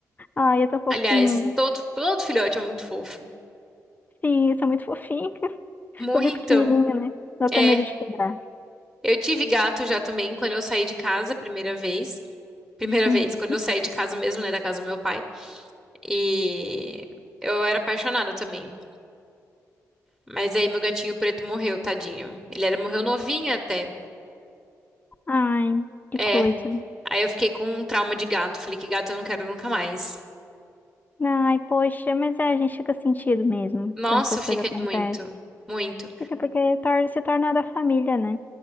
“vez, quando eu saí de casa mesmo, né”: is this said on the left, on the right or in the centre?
Centre